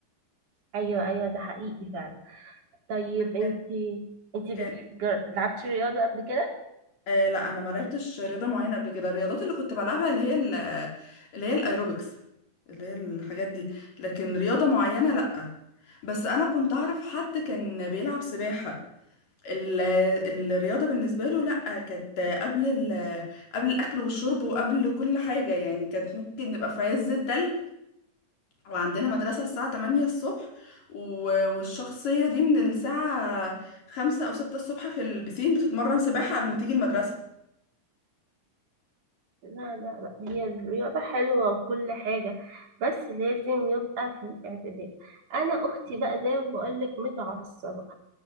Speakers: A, on the right; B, on the left.
A: ايوه ايوه ده حقيقي فعلا طيب انتي
B: كان
A: انتي
B: كان
A: بتح... جر- لعبتي رياضه قبل كده
B: آه لا انا ما لعبتش رياضه معينه قبل كده الرياضات اللي كنت بلعبها اللي هي ال- اللي هي الايروبكس اللي هي الحاجات دي لكن رياضه معينه لا بس انا كنت اعرف حد كان بيلعب سباحه ال- الرياضه بالنسبه له لا كانت قبل ال- قبل الاكل والشرب وقبل كل حاجه يعني كانت ممكن نبقى في عز التلج وعندنا مدرسه الساعه 8 الصبح و- والشخصيه دي من الساعه 5 او 6 الصبح في البسين بتتمرن سباحه قبل ما تيجي المدرسه
A: لا لا لا هي الرياضه حلوه وكل حاجه بس لازم يبقى في اعتدال انا اختي بقى زي ما بقول لك متعصبه